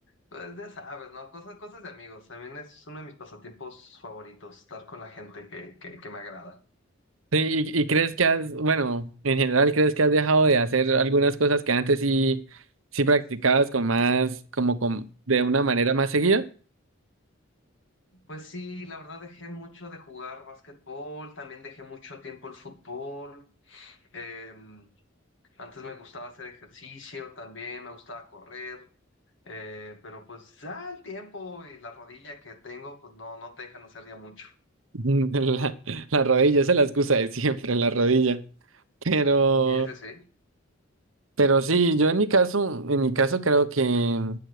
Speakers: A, on the left (about 65°); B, on the right (about 85°).
A: Pues ya sabes, ¿no? Cosas, cosas de amigos. También es uno de mis pasatiempos favoritos, estar con la gente que, que, que me agrada.
B: Sí, ¿Y, y crees que has, bueno, en general, crees que has dejado de hacer algunas cosas que antes sí, sí practicabas con más, como con, de una manera más seguida?
A: Pues sí, la verdad dejé mucho de jugar básquetbol, también dejé mucho tiempo el fútbol. eh, antes me gustaba hacer ejercicio también, me gustaba correr, eh, pero pues ya el tiempo y la rodilla que tengo, pues no, no te dejan hacer ya mucho.
B: <laughs> La, la rodilla, esa es la excusa de siempre, la rodilla. Pero...
A: Ese sí. sí.
B: Pero sí, yo en mi caso, en mi caso creo que,